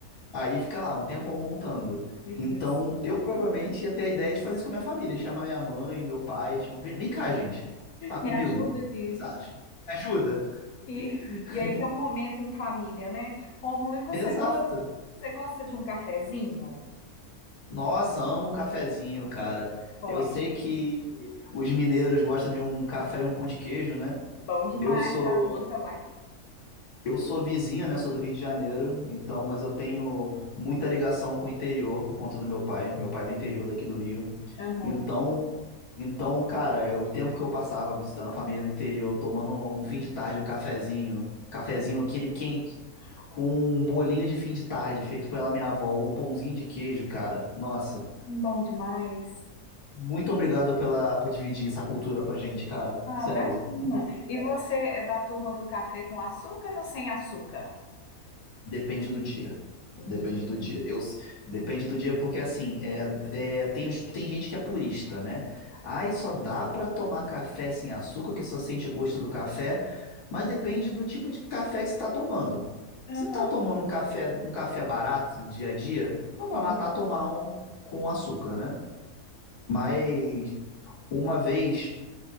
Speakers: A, on the left; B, on the left.
A: aí fica lá um tempão montando.
B: Isso.
A: Então, eu provavelmente ia ter a ideia de fazer isso com a minha família, chamar minha mãe, meu pai, tipo, vem, vem cá, gente, tá comigo?
B: Me ajuda
A: O
B: aqui.
A: que vocês acham? Ajuda?
B: E,
A: <laughs>
B: e aí
A: Que-
B: tem um momento em família, né? Rômulo, e você
A: Exato.
B: gosta, você gosta de um cafezinho?
A: Nossa, amo um cafezinho, cara.
B: Conte.
A: Eu sei que os mineiros gostam de um café e um pão de queijo, né?
B: Bom demais,
A: Eu sou
B: dá conta, uai.
A: eu sou vizinho, né? Sou do Rio de Janeiro, então, mas eu tenho muita ligação com o interior por conta do meu pai. Meu pai é do interior daqui do Rio.
B: Aham,
A: Então, então, cara, eu- o tempo que eu passava visitando a família no interior, tomando no fim de tarde um cafezinho, cafezinho aquele quente, com um bolinho de fim de tarde feito pela minha avó, ou um pãozinho de queijo, cara. Nossa.
B: Bom demais.
A: Muito obrigado pela, por dividir essa cultura com a gente, cara.
B: Ah,
A: Sério,
B: imagina.
A: muito obrigado.
B: E você é da turma do café com açúcar ou sem açúcar?
A: Depende do dia. Depende
B: Vixe.
A: do dia. Eu, depende do dia porque, assim, é, é, tem, uns- tem gente que é purista, né? Ai, só dá pra tomar café sem açúcar, que só sente o gosto do café. Mas depende do tipo de café que você tá tomando.
B: Aham.
A: Se você tá tomando um café, um café barato do dia a dia, não vai
B: E,
A: matar tomar um com açúcar, né? Mas uma vez.